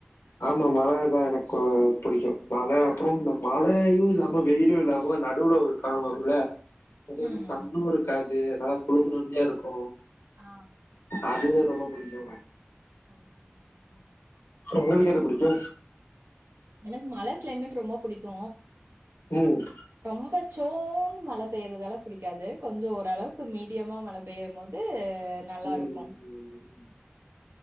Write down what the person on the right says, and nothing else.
ம்
ஆ.
ஓகே ஓகே
எனக்கு மழ கிளைமேட் ரொம்ப புடிக்கு
ரொம்ப சோன் மழ பெய்றதல புடிக்காது கொஞ்ச ஓரளவுக்கு மீடியமா மழ பெய்யமோது அ நல்லா
இருக்கு